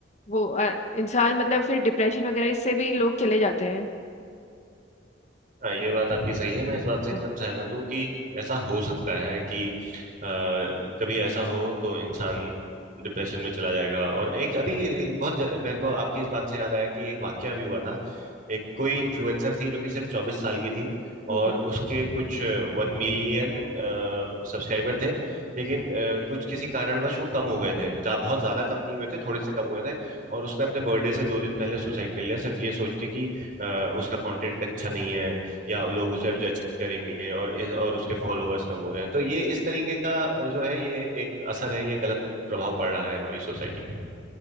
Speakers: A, on the left; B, on the right.
A: वो अ, इंसान मतलब फिर डिप्रेशन वगैरह इससे भी लोग चले जाते हैं
B: हाँ ये बात आपकी सही है मैं इस बात से एकदम
A: हाँ
B: सहमत हूँ कि ऐसा हो सकता है कि अ, कभी ऐसा हो तो इंसान डिप्रेशन में चला जाएगा और एक अभी बहुत ज, मेरे को आपकी इस बात से याद आया कि एक वाकया भी हुआ था एक कोई इन्फ्लुएंसर थी जो कि सिर्फ चौबीस साल की थी
A: हाँ
B: और उसके कुछ वन मिलियन सब्सक्राइबर थे लेकिन अ, कुछ किसी कारणवश वो कम हो गए थे जा, बहुत ज्यादा कम नहीं हुए थे थोड़े से कम हुए थे और उसने अपने बर्थडे से दो दिन पहले सुसाइड कर लिया सिर्फ ये सोच के कि अ, उसका कंटेंट अच्छा नहीं है या लोग उसे अब जज करेंगे और इस और उसके फॉलोअर्स कम हो रहे हैं तो ये इस तरीके का जो है ये एक असर है ये गलत प्रभाव पड़ रहा है हमारी सोसाइटी में